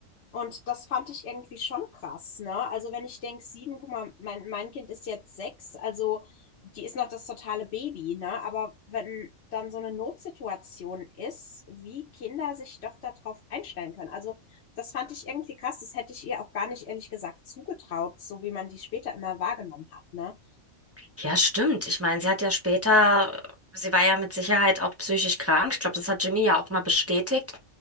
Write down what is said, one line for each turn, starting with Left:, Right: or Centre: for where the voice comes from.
Left: Und das fand ich irgendwie schon krass, ne? Also wenn ich denke, sieben, guck mal, mein, mein Kind ist jetzt sechs, also die ist noch das totale Baby, ne? Aber wenn dann so eine Notsituation ist, wie Kinder sich doch darauf einstellen können. Also das fand ich irgendwie krass. Das hätte ich ihr auch gar nicht ehrlich gesagt zugetraut, so wie man die später immer wahrgenommen hat, ne?
Right: Ja, stimmt. Ich meine, sie hat ja später, sie war ja mit Sicherheit auch psychisch krank. Ich glaube, das hat Jimmy ja auch mal bestätigt.